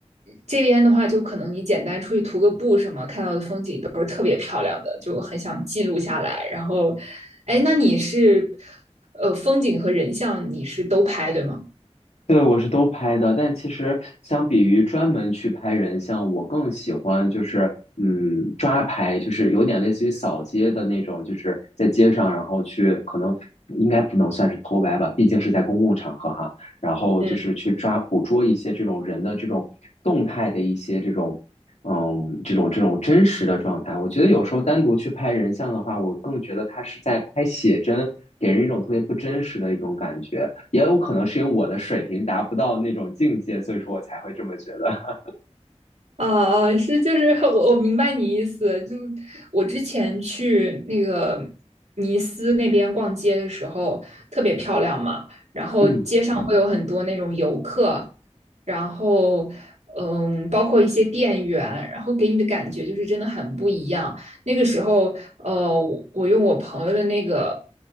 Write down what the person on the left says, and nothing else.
对，我是都拍的，但其实相比于专门去拍人像，我更喜欢就是嗯抓拍，就是有点类似于扫街的那种，就是在街上，然后去可能应该不能算是偷拍吧，毕竟是在公共场合哈，然后就是去抓捕捉一些这种人的这种动态的一些这种嗯，
这种这种真实的状态，我觉得有时候单独去拍人像的话，我更觉得他是在拍写真，给人一种特别不真实的一种感觉。也有可能是因为我的水平达不到那种境界，所以说我才会这么觉得。<laughs>
嗯，